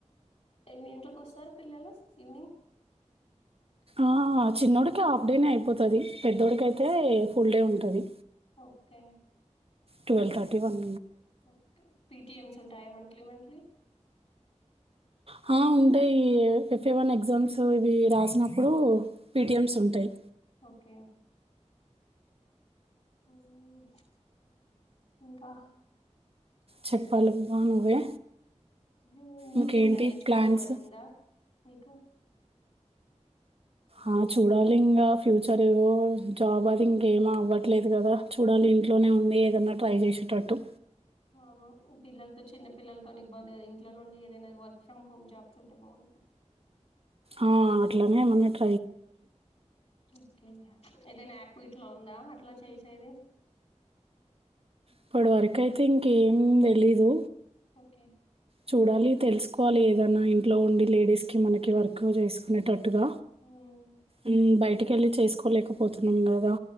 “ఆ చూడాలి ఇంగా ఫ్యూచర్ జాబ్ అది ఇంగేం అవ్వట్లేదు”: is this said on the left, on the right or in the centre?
Right